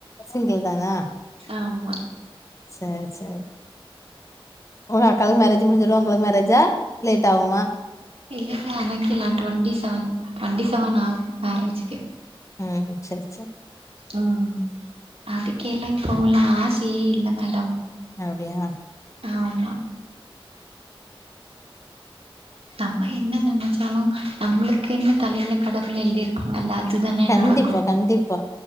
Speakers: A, on the left (about 30°); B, on the right (about 80°).
A: சிங்கிள் தானா
B: ஆமா
A: சேர் சேர் உங்க அக்காக்கு மேரேஜ் முடிஞ்சிடும் உங்களுக்கு மேரேஜா லேட் ஆகுமா
B: இல்ல இல்ல எனக்கு நா டுவெண்ட்டி செவன் டுவென்ட்டி செவன் ஆ மேரேஜ்கே
A: ம் சேர் சேர்
B: ம் அதுக்கெல்லா இப்போல்லா ஆசையே இல்ல மேடம்
A: அப்டியா
B: ஆமா நம்ம என்ன நெனைச்சாலு நம்மளுக்குன்னு தலையில கடவுள் எழுதிரு பா நல்லா அதுதானே
A: கண்டிப்பா
B: நடக்கும்
A: கண்டிப்பா